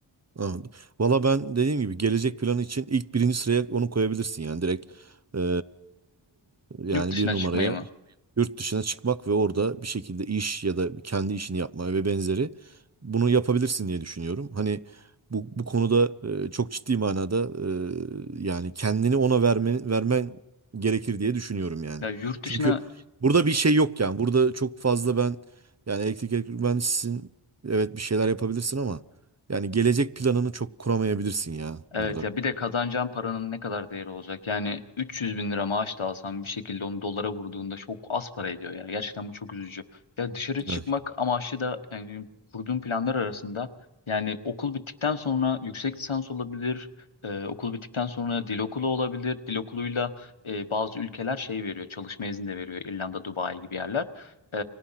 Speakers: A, on the right; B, on the left.
A: Anladım. Valla ben dediğim gibi gelecek planı için ilk birinci sıraya onu koyabilirsin yani direkt eee,
B: <laughs>
A: yani
B: Yurt dışına
A: bir numaraya
B: çıkmayı mı?
A: yurt dışına çıkmak ve orada bir şekilde iş ya da kendi işini yapma ve benzeri bunu yapabilirsin diye düşünüyorum. Hani bu, bu konuda eee, çok ciddi manada eee, yani kendini ona vermen, vermen gerekir diye düşünüyorum yani.
B: Ya yurt
A: Çünkü
B: dışına
A: burada bir şey yok yani burada çok fazla ben yani elektrik elektrik mühendisisin evet bir şeyler yapabilirsin ama yani gelecek planını çok kuramayabilirsin ya
B: Evet
A: burada.
B: ya bir de kazanacağın paranın ne kadar değeri olacak? Yani 300 bin lira maaş da alsan bir şekilde onu dolara vurduğunda çok az para ediyor ya. Gerçekten bu çok üzücü. Ya dışarı çıkmak
A: Evet.
B: amaçlı da yani kurduğum planlar arasında yani okul bittikten sonra yüksek lisans olabilir. e, okul bittikten sonra dil okulu olabilir. Dil okuluyla e, bazı ülkeler şey veriyor. Çalışma izni de veriyor. İrlanda, Dubai gibi yerler. E,